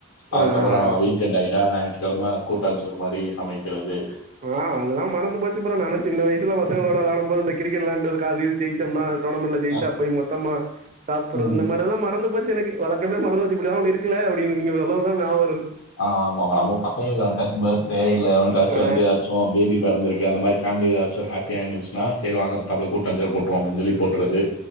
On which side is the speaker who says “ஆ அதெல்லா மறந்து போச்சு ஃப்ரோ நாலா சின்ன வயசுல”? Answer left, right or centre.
Right